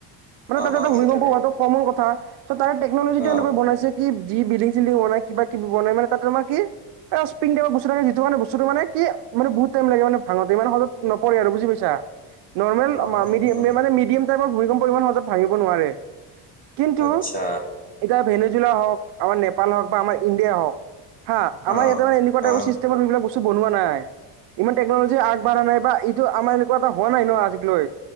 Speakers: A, on the right (about 65°); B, on the left (about 20°).
A: মানে
B: অ
A: তাতে
B: অ
A: এটা
B: হয়
A: ভূমিকম্প
B: তাকে
A: হোৱাটো কমন কথা। তাৰে টেকনলজিটো
B: অ
A: এনেকোৱা বনাইছে কি যি বিলডিং, চিল্ডিং বনাই কিবা -কিবি বনাই মানে তাত তোমাৰ কি পিং টাইপৰ বস্তু থাকে যিটো মানে বস্তুটো মানে কি মানে বহুত টাইম লাগে মানে ভাঙতে ইমান সদত নপৰে আৰু বুজি পাইছা? নৰ্মেল
B: অ
A: মা
B: অ
A: মিডিয়াম
B: অ
A: নে মানে মিডিয়াম টাইপৰ ভূমিকম্প ইমান সহজত ভাঙিব নোৱাৰে। কিন্তু
B: আচ্ছা
A: এতিয়া ভেনেজুলা হওক, আমাৰ নেপাল হওক বা আমাৰ ইণ্ডিয়াই হওক হা, আমাৰ
B: অ
A: ইয়াতে মান এনেকুৱা টাইপৰ
B: অ
A: চিষ্টেম সেইবিলাক বস্তু বনোৱা নাই, ইমান টেকনলজি আগবঢ়া নাই বা ই আমাৰ এনেকুৱা এটা হোৱা নাই ন আজিকলৈ?